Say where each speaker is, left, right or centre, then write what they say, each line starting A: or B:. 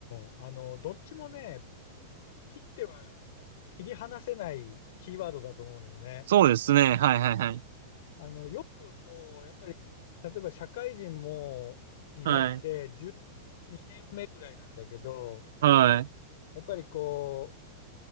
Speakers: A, on the left; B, on the right.
A: ん、あの、どっちもね、切っては切り離せないキーワードだと思うんだよね。
B: そうですね。はいはいはい。
A: あの、よくこう、やっぱり、例えば社会人も、になって12年目ぐらいなんだけど、
B: はい。はい。
A: やっぱりこう、